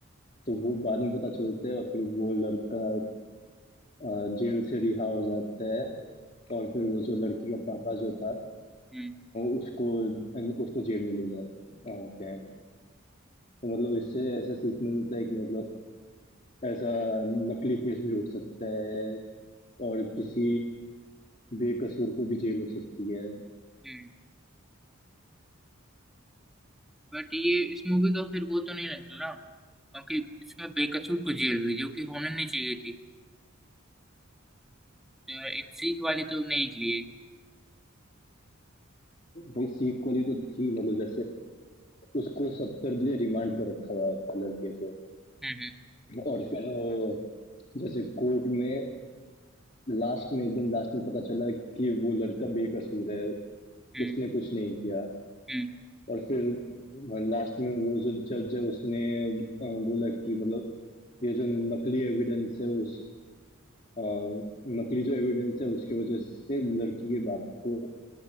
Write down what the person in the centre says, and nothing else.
हम्म
हम्म बट ये इस मूवी का फिर वो तो नहीं लगता ना क्योंकि इसमें बेकसूर को जेल हुई जो कि होने नहीं चाहिए थी तो एक सीख वाली तो नहीं निकली है
हम्म
हम्म
हम्म